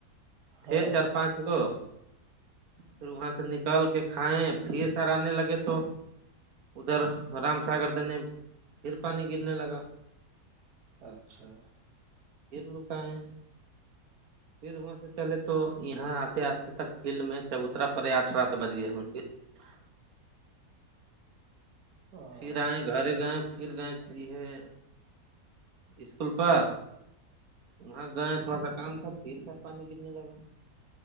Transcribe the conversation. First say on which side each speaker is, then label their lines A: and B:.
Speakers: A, on the right; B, on the right.
A: تھے
B: ہاں
A: چار پانچ وہ پھر وہاں سے نکال کے کھائے پھر سر آنے لگے تو ادھر رام ساگر دینے پھر پانی گرنے لگا
B: اچھا
A: لو کا ہے پھر وہاں سے چلے تو یہاں آتے آتے تک فیلڈ میں چبوترا پے آٹھ رات بج گئے ہم ان کے
B: ہوں
A: پھر آئے گھر گئے پھر گئے ہے اسکول پر وہاں گا تھوڑا سا کام تھا پھر سر پانی گرنے لگا